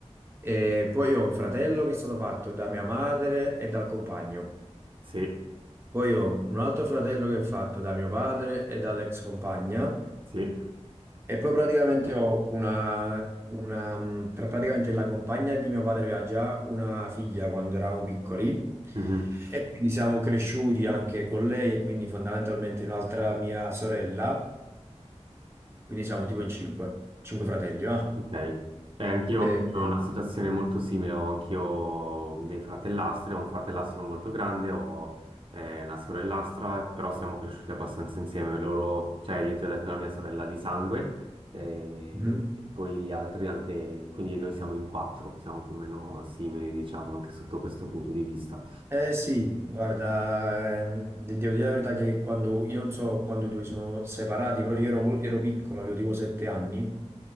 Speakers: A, on the right (about 20°); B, on the right (about 50°).
A: e poi ho un fratello che è stato fatto da mia madre e dal compagno,
B: Sì,
A: poi ho un altro fratello che è fatto da mio padre e dall'ex compagna,
B: sì,
A: E poi praticamente ho una, una, mh, pra- praticamente la compagna di mio padre aveva già una figlia quando eravamo piccoli
B: Mhm.
A: e quindi siamo cresciuti anche con lei e quindi fondamentalmente un'altra mia sorella, quindi siamo tipo in cinque, cinque fratelli, va?
B: Ok. E anch'io
A: E,
B: ho
A: e-
B: una situazione molto simile, ho anch'io dei fratellastri, ho un fratellastro molto grande, ho eh, una sorellastra, però siamo cresciuti abbastanza insieme, loro, cioè io ti ho detto la mia sorella di sangue, eh,
A: mhm.
B: e poi gli altri anche, quindi noi siamo in quattro, siamo più o meno simili, diciamo, anche sotto questo punto di vista.
A: Eh sì, guarda, ehm, de- devo dire la verità che quando, io non so quando i due sono separati, però io ero, mo- ero piccolo, avevo tipo sette anni.